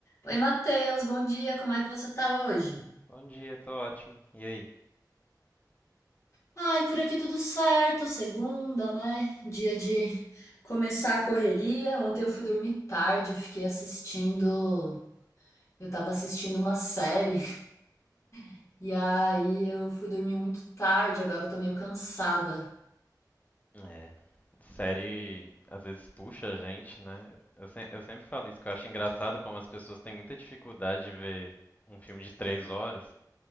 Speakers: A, on the left; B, on the left.
A: Oi, Matheus, bom dia, como é que você tá hoje?
B: Bom dia, tô ótimo. E aí?
A: Ai, por aqui tudo certo, segunda, né? Dia de começar a correria. Ontem eu fui dormir tarde, eu fiquei assistindo, eu tava assistindo uma série, <laughs> e aí eu fui dormir muito tarde, agora eu tô meio cansada.
B: É, série às vezes puxa a gente, né? Eu, se- eu sempre falo isso, que eu acho engraçado como as pessoas têm muita dificuldade de ver um filme de três horas,